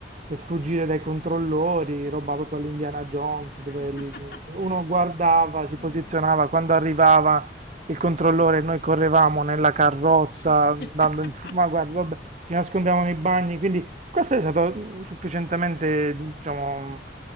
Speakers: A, on the right; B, on the left.
A: per sfuggire dai controllori, roba proprio all'Indiana Jones, dove
B: <laughs>
A: lì uno guardava, si
B: Sì,
A: posizionava,
B: va.
A: quando arrivava il controllore, noi correvamo nella carrozza,
B: Sì. <laughs>
A: dando il... ma guarda, vabbè, ci nascondiamo nei bagni, quindi questo è stato mm, sufficientemente, diciamo,